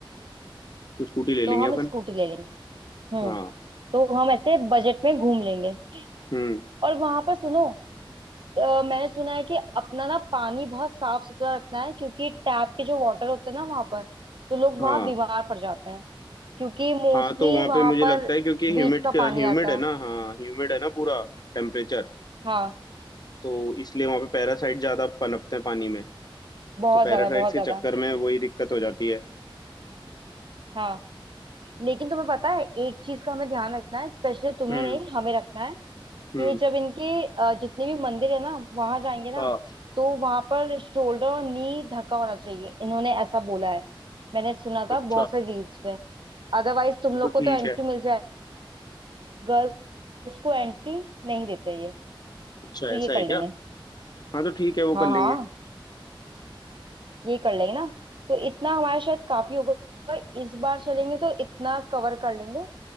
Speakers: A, on the left; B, on the right.
A: तो स्कूटी ले लेंगे
B: तो हम
A: अपन
B: स्कूटी ले लेंगे हम्म
A: हाँ
B: तो हम ऐसे बजट में घूम लेंगे
A: हम्म
B: और वहां पर सुनो अ, मैंने सुना है कि अपना ना पानी बहुत साफ सुथरा रखना है क्योंकि टैप के जो वाटर होते हैं ना वहां पर तो लोग
A: हाँ
B: वहां बीमार पड़ जाते हैं क्योंकि मोस्टली
A: हाँ तो वहाँ
B: वहां
A: पे मुझे
B: पर
A: लगता है क्योंकि
B: बीच
A: ह्यूमिड
B: का पानी
A: ह्यूमिड
B: आता
A: है
B: है
A: ना हाँ ह्यूमिड है ना पूरा टेम्परेचर
B: हाँ
A: तो इसलिए वहाँ पे पैरासाइट ज्यादा पनपते हैं पानी में
B: बहुत
A: तो पैरासाइट्स
B: ज्यादा बहुत
A: के
B: ज्यादा
A: चक्कर में वही दिक्कत हो जाती है
B: हाँ लेकिन तुम्हें पता है एक चीज का हमें ध्यान रखना है स्पेशली तुम्हें
A: हम्म
B: नहीं हमें रखना है कि
A: हम्म
B: जब इनके अ, जितने भी मंदिर है ना वहां जाएंगे ना
A: हाँ
B: तो वहां पर शोल्डर और नी ढका होना चाहिए इन्होंने ऐसा बोला है मैंने सुना
A: अच्छा
B: था बहुत से रील्स में अदरवाइज तुम लोग
A: तो ठीक
B: को तो एंट्री
A: है
B: मिल जाए गर्ल्स को एंट्री नहीं देते ये
A: अच्छा
B: तो ये
A: ऐसा है
B: कर
A: क्या
B: लेंगे
A: हाँ तो ठीक है वो
B: हाँ
A: कर लेंगे
B: हाँ ये कर लेंगे ना तो इतना हमारा शायद काफी होगा इस बार चलेंगे तो इतना कवर कर लेंगे